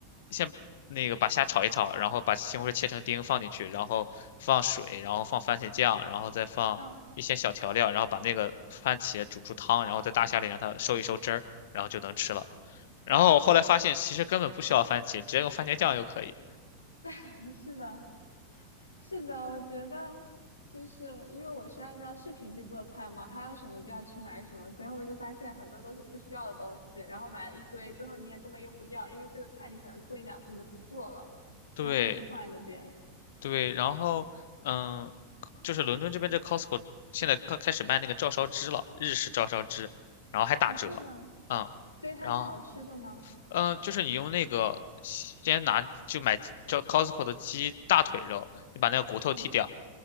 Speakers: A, on the left (about 55°); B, on the left (about 80°).
A: 先那个把虾炒一炒，然后把西红柿切成丁放进去，然后放水，然后放番茄酱，然后再放一些小调料，
B: 嗯，
A: 然后把那个番茄煮出汤，然后在大虾里让它收一收汁儿，然后就能吃了。然后后来发现其实根本不需要番茄，直接用番茄酱就可以。
B: <laughs> 是的。是的，我觉得就是因为我是按照视频去做菜嘛，还有什么就要去买什么，所以后面就发现很多都是不需要的东西，然后买了一堆，最后你也根本用不掉，因为这个菜你可能做一两次你就不做了，
A: 对
B: 然后你就放在那边。
A: 对，然后嗯，就是伦敦这边这 Costco 现在开开始卖那个照烧汁了，日式照烧汁，然后还打折，
B: 哦，是吗？
A: 嗯，
B: 所以它是好吃的吗？
A: 然后嗯，呃就是你用那个先拿就买叫 Costco 的鸡大腿肉，你把那个骨头剔掉，
B: 嗯